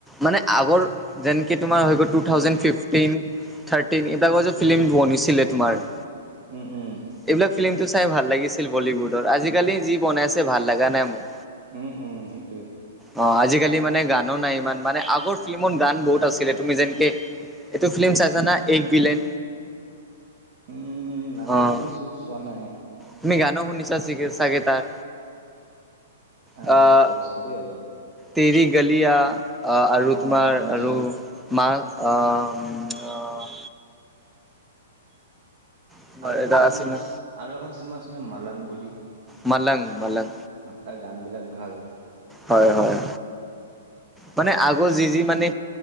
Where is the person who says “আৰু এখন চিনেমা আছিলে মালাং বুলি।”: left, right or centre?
Right